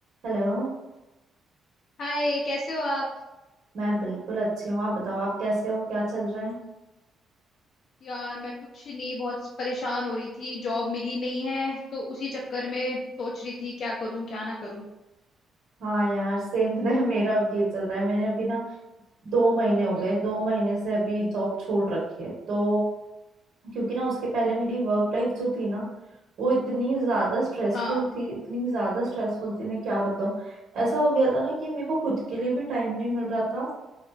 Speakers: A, on the right; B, on the left.
A: Hello
B: हाय कैसे हो आप
A: मैं बिल्कुल अच्छी हूँ आप बताओ आप कैसे हो क्या चल रहा है
B: यार मैं कुछ नहीं बहुत परेशान हो रही थी जॉब मिली नहीं है तो उसी चक्कर में सोच रही थी क्या करूं क्या ना करूं
A: हाँ यार सेम पता <laughs> है मेरा भी ये चल रहा है मैंने अभी ना दो महीने हो
B: हम्म
A: गए दो महीने से अभी जॉब छोड़ रखी है तो क्योंकि ना उसके पहले मेरी वर्क लाइफ जो थी ना वो इतनी ज्यादा स्ट्रेसफुल
B: हाँ
A: थी इतनी ज्यादा स्ट्रेसफुल थी मैं क्या बताऊँ ऐसा हो गया था ना कि मेरे को खुद के लिए भी टाइम नहीं मिल रहा था